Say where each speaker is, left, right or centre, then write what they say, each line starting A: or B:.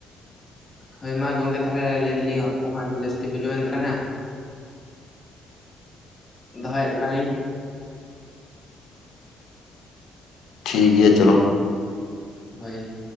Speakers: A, on the left; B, on the left.
A: ᱦᱳᱭ ᱢᱟ ᱜᱚᱝᱠᱮ ᱛᱟᱞᱦᱮ ᱞᱟᱹᱭ ᱫᱟᱹᱞᱤᱧ ᱚᱠᱛᱚ ᱦᱚᱸ ᱟᱹᱰᱤ ᱡᱟᱹᱥᱛᱤ ᱵᱤᱞᱚᱢ ᱮᱱ ᱛᱟᱞᱟᱝᱼᱟ᱾ ᱫᱚᱦᱚᱭᱮᱫ ᱛᱟᱞᱟᱝᱧᱟᱹᱧ᱾
B: ᱴᱷᱤᱠ ᱜᱤᱭᱟ ᱪᱚᱞᱚ᱾
A: ᱦᱳᱭ᱾